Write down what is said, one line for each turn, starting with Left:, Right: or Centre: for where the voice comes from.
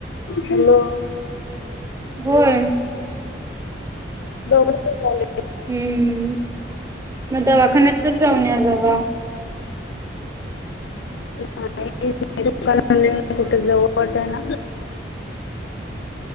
Left: हॅलो.
Right: होय.
Left: डोकं दुखालय.
Right: हम्म मग दवाखान्यात तर जाऊन या जावा.
Left: नाही डोकं दुखायला लागलय कुठ जाऊ वाटना.